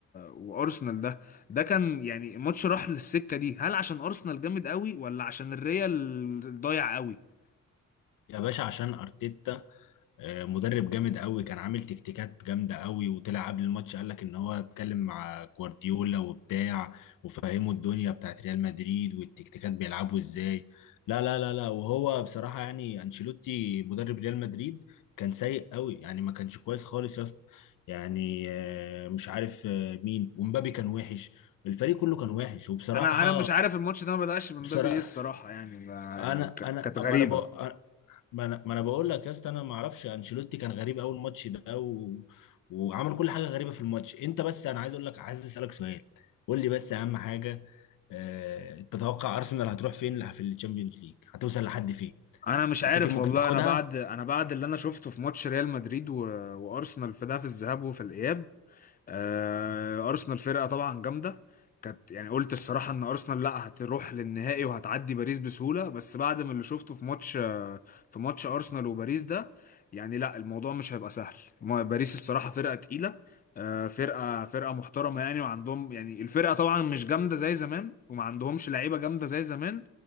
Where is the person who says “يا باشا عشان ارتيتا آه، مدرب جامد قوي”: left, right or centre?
Left